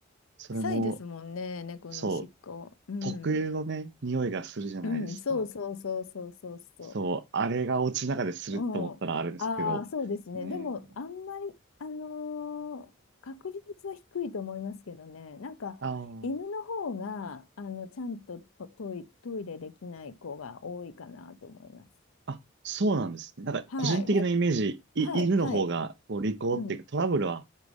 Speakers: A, on the right; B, on the left.
A: それも、
B: 臭いですもんね、猫のおしっこ。
A: そう、
B: うん。
A: 特有のね、匂いがするじゃないですか。
B: うん、そうそうそうそうそうそう。
A: そう、あれがお家の中ですると思ったらあれですけど、
B: うん。ああ、そうですね。
A: ね。
B: でも、あんまり、あのー確率は低いと思いますけどね。なんか、
A: ああ。
B: 犬の方が、あの、ちゃんとトイ、トイレできない子が多いかなと思います。
A: あ、そうなんですね。なんか、
B: はい。
A: 個人的なイメージ、
B: ね。
A: い、
B: はい、
A: 犬の方が、
B: はい。
A: こう、利口っていうか、
B: うん。
A: トラブルは